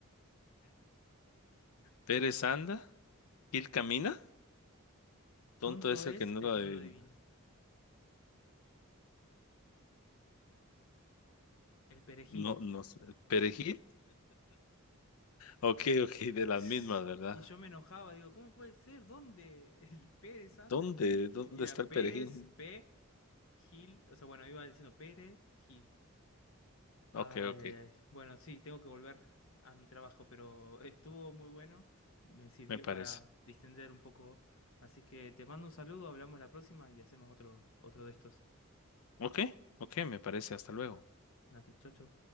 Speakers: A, on the left (about 80°); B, on the left (about 70°).
A: Pérez anda, Gil camina. Tonto
B: Tonto
A: es
B: es
A: el que no
B: el
A: lo
B: que
A: adivina.
B: no lo adivina. El perejil.
A: No, no sé. ¿Perejil? Ok, ok, de las
B: <laughs>
A: mismas, ¿verdad?
B: Y yo me enojaba, digo, ¿cómo puede ser? ¿Dónde? El Pérez anda,
A: ¿Dónde?
B: Gil.
A: ¿Dónde
B: Y era
A: está el
B: Pérez,
A: perejil?
B: P, Gil. O sea, bueno, iba diciendo Pérez, Gil. Ay,
A: Ok, ok,
B: ay, ay. Bueno, sí, tengo que volver a mi trabajo, pero estuvo muy bueno. Me sirvió
A: me parece.
B: para distender un poco. Así que te mando un saludo, hablamos la próxima y hacemos otro, otro de estos.
A: Ok, ok, me parece. Hasta luego.
B: Dale, chau, chau.